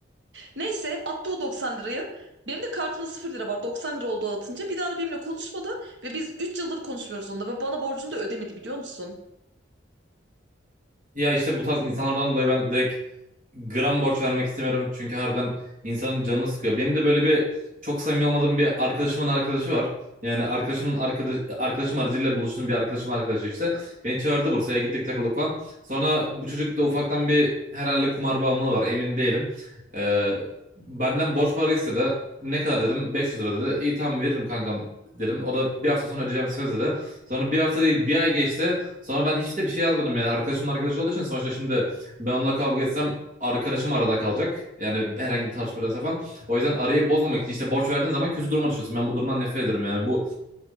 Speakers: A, on the right (about 65°); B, on the right (about 45°).
A: Neyse attı o 90 lirayı. Benim de kartımda 0 lira var. 90 lira oldu atınca. Bir daha da benimle konuşmadı ve biz üç yıldır konuşmuyoruz onunla ve bana borcunu da ödemedi biliyor musun?
B: Ya işte bu tarz insanlardan dolayı ben direkt gram borç vermek istemiyorum çünkü harbiden insanın canını sıkıyor. Benim de böyle bir çok samimi olmadığım bir arkadaşımın arkadaşı var. Yani arkadaşımın arkadaş, arkadaşım aracıyla buluştuğum bir arkadaşım arkadaşı işte. Beni çağırdı Bursa'ya gittik takıldık falan. Sonra bu çocuk da ufaktan bir herhalde kumar bağımlılığı var emin değilim. Ee, benden borç para istedi. Ne kadar dedim 500 lira dedi. İyi tamam veririm kankam dedim. O da bir hafta sonra ödeyeceğim söz dedi. Sonra bir hafta değil bir ay geçti. Sonra ben hiç de bir şey yazmadım yani arkadaşımın arkadaşı olduğu için sonuçta şimdi ben onunla kavga etsem arkadaşım arada kalacak. Yani herhangi bir tartışma falan. O yüzden arayı bozmamak için işte borç verdiğin zaman kötü duruma düşüyorsun. Ben bu durumdan nefret ediyorum yani. Bu